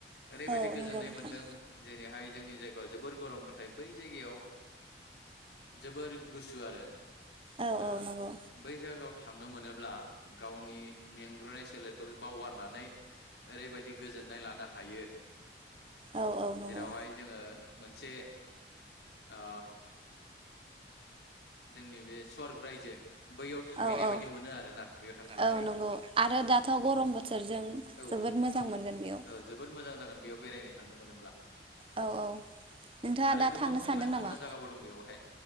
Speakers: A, on the left; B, on the right.
A: ओरैबायदि
B: औ
A: गोजोननाय
B: नंगौ नोंथां
A: मोन्दों जेरैहाय जोंनि जायगायाव जोबोर गरम नाथाय बै जायगायाव ओ जोबोर गुसु आरो ओ
B: औ औ नंगौ
A: बै जायगायाव थांनो मोनोब्ला गावनि मेंग्रोनाय सोलेरखौ बावगारनानै ओरैबायदि गोजोननाय लानो हा हायो
B: औ औ नंगौ
A: जेरावहाय जोङो मोनसे अ जोंनि बे स्वर्ग रायजो बैयाव थाहैनाय
B: औ औ
A: बायदि मोनो आरो ना बेयाव थाङोब्लाथाय
B: औ नंगौ आरो दाथ' गरम बोथोरजों
A: औ
B: जोबोद
A: नंगौ
B: मोजां मोनगोन बेयाव
A: औ जोबोद मोजां जागोन बेयाव बेरायनो थांनो मोनोब्ला।
B: औ औ नोंथाङा
A: आरो
B: दा
A: गोबां
B: थांनो सानदों
A: समायना
B: नामा
A: समायना जायगाबो दं बेयावहाय।